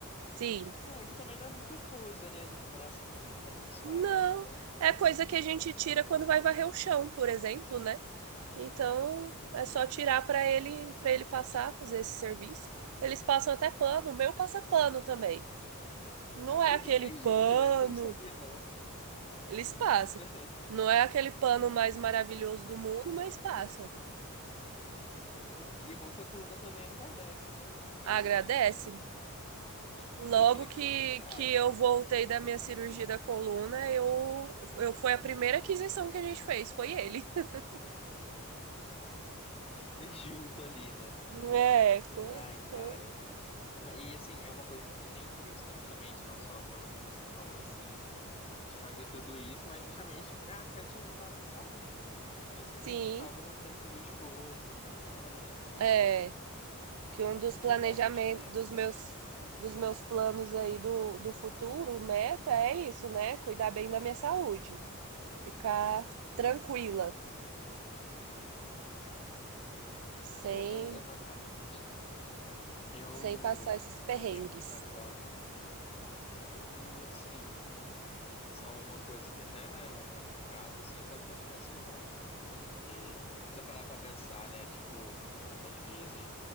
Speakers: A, on the right; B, on the left.
A: Sim.
B: Ah, É, que também não é muita coisa, né? A gente parar assim realmente pra pensar,
A: Não.
B: né? Então,
A: É coisa que a gente tira quando vai varrer o chão, por exemplo, né? Então é
B: sim.
A: só tirar para ele, para ele passar, fazer esse serviço. Eles passam até pano, o meu passa pano também. Não
B: <laughs>
A: é aquele
B: E,
A: pano,
B: gente, essa eu não sabia, não.
A: eles passam.
B: <laughs>
A: Não é aquele pano mais maravilhoso do mundo, mas passa.
B: Caramba. E é bom que a coluna também agradece, né? Porque
A: Agradece.
B: é <laughs>
A: Logo
B: é
A: que,
B: complicado.
A: que eu voltei da minha cirurgia da coluna, eu, eu foi a primeira aquisição que a gente fez, foi ele. <laughs>
B: Mas junto ali, né?
A: É, foi,
B: Ai, cara.
A: foi.
B: Ma- E assim, é uma coisa que não tem preço, né? Justamente, não só pelo que você falou, assim, de fazer tudo isso, mas justamente pra até te ajudar na saúde, né? Porque você
A: Sim,
B: não acaba não tendo que fazer o esforço e tudo mais. Então,
A: é
B: assim,
A: que um dos
B: você
A: planejamentos
B: já dá uma diferença
A: dos
B: também.
A: meus dos meus planos aí do, do futuro, meta é isso, né? Cuidar bem da minha saúde, ficar tranquila, sem
B: Não, e- exatamente. Eu,
A: sem passar esses perrengues.
B: eu tenho um casal. Não, e assim, são uma coisa que até a longo prazo, assim, faz uma diferença enorme, né? Porque se você parar pra pensar, né? Tipo, às vezes